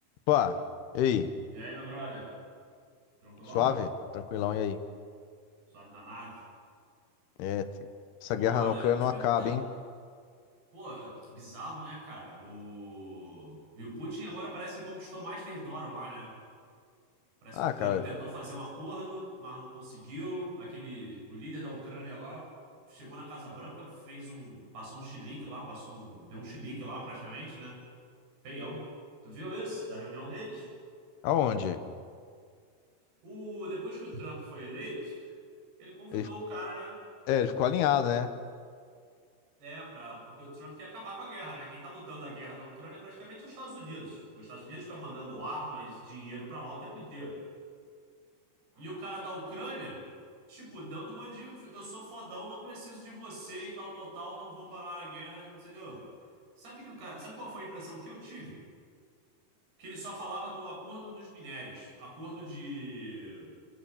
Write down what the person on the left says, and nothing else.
Opa, e aí?
Suave? Tranquilão, e aí?
É, t- essa
guerra
na Ucrânia
não
acaba, hein?
Ah,
cara,
aonde?
Ele,
é, ele ficou alinhado, né?